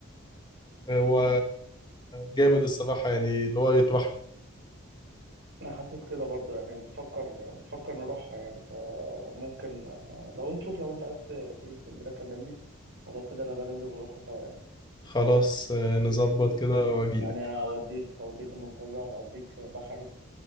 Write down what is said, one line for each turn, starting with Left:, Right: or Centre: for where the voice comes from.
Left: هو جامد الصراحة يعني اللي هو يطرح
Right: أنا حاسس كده برضه يعني بفكر بفكر نروحها يعني فممكن آه، لو نشوف لو أنت عايز ت- تيجي اسكندرية كلمني ولو كده أنا بنزل ونروحها سوا يعني
Left: خلاص آه، نظبط كده واجيلك
Right: يعني هوديك هوديك المنتزه وهوديك بحري